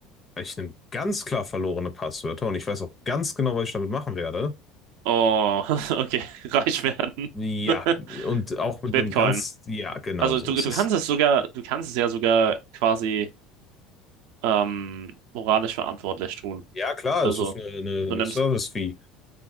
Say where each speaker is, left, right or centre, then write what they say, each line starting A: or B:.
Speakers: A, on the left; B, on the right.
A: Ich nehme ganz klar verlorene Passwörter und ich weiß auch ganz genau, was ich damit machen werde.
B: Oh, <laughs> okay, reich werden.
A: Ja,
B: <laughs>
A: und auch mit
B: Bitcoin.
A: einem ganz, ja, genau
B: Also
A: so
B: du,
A: ist
B: du
A: es.
B: kannst es sogar, du kannst es ja sogar quasi ähm, moralisch verantwortlich tun.
A: Ja, klar,
B: Also
A: es ist eine, eine,
B: du
A: eine
B: nimmst,
A: Service-Fee.